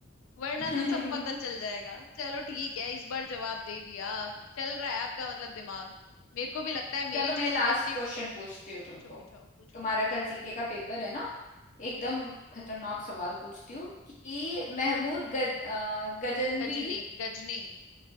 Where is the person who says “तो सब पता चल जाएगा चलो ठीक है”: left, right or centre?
Left